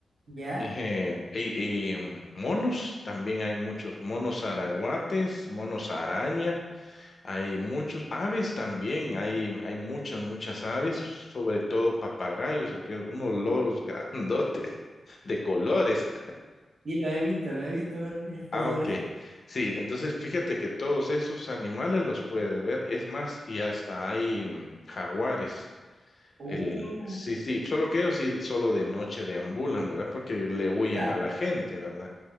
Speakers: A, on the right (about 75°); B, on the left (about 45°).
A: ya,
B: Y, eh, y- y, mm, monos, también hay muchos monos araguates, monos araña, hay muchos aves también, hay, hay muchas, muchas aves, sobre todo papagayos, aquellos, unos loros <laughs> grandotes de colores.
A: y lo he visto, lo he visto en, en fotografía.
B: Ah, ok. Sí, entonces fíjate que todos esos animales los puedes ver, es más, y hasta hay mm, jaguares.
A: Uh,
B: El, sí, sí, solo que ellos sí, solo de noche deambulan, ¿verdad? Porque le huyen
A: claro,
B: a la gente, ¿verdad?